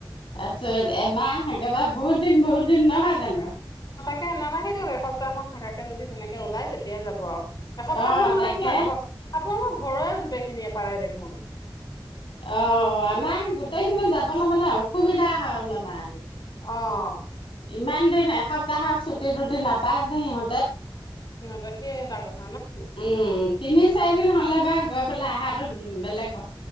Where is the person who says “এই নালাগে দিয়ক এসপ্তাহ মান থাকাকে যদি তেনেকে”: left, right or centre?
Left